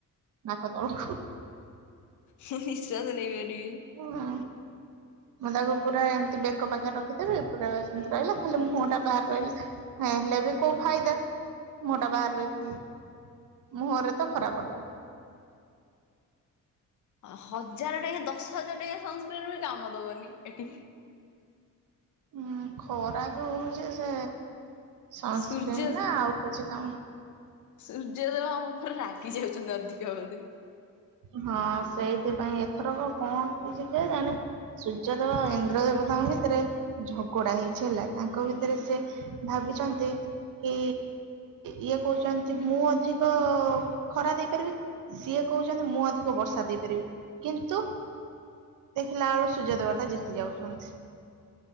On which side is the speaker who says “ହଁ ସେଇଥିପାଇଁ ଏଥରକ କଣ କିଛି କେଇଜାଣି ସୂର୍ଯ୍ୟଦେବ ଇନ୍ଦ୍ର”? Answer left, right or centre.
Right